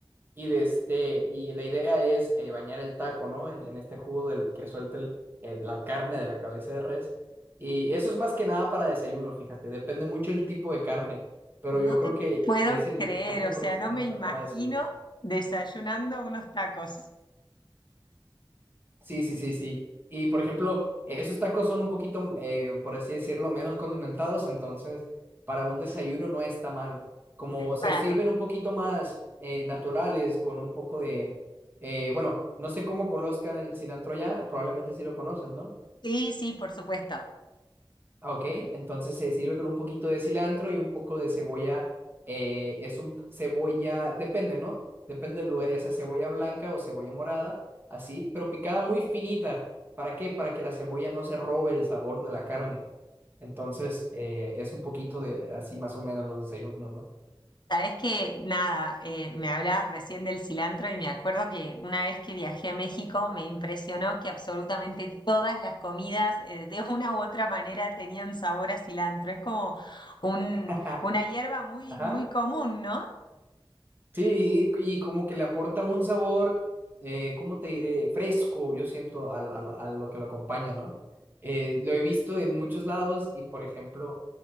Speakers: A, on the right; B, on the left.
A: y de este, y la idea es eh, bañar el taco, ¿no? En, en este jugo del que suelta el- el- la carne de la cabeza de res. Y eso es más que nada para desayuno, fíjate, depende mucho el tipo de carne, pero
B: No
A: yo creo
B: te
A: que
B: puedo
A: es el
B: creer,
A: taco
B: o
A: por
B: sea,
A: excelencia
B: no me imagino
A: para desayunar.
B: desayunando unos tacos.
A: Sí, sí, sí, sí. Y por ejemplo, esos tacos son un poquito, mm, eh, por así decirlo, menos condimentados, entonces para un desayuno no está mal. Como se
B: Claro.
A: sirven un poquito más eh, naturales, con un poco de, eh, bueno, no sé cómo conozcan el cilantro ya, probablemente sí lo conoces, ¿no?
B: Sí, sí, por supuesto.
A: Ah, Ok, entonces se sirve con un poquito de cilantro y un poco de cebolla. eh, es un cebolla, depende, ¿no? Depende del lugar, ya sea cebolla blanca o cebolla morada, así, pero picada muy finita. ¿Para qué? Para que la cebolla no se robe el sabor de la carne. Entonces, eh, es un poquito de así más o menos los desayunos, ¿no?
B: Sabes que nada, eh, me hablabas recién del cilantro y me acuerdo que una vez que viajé a México me impresionó que absolutamente todas las comidas eh, de una u otra manera tenían sabor a cilantro. Es como un,
A: <laughs>
B: una hierba muy,
A: Ajá.
B: muy común, ¿no?
A: Sí, y, y como que le aporta un sabor, eh, ¿cómo te diré? Fresco, yo siento, al- al- a, lo que lo acompaña, ¿no? Eh, lo he visto en muchos lados y, por ejemplo,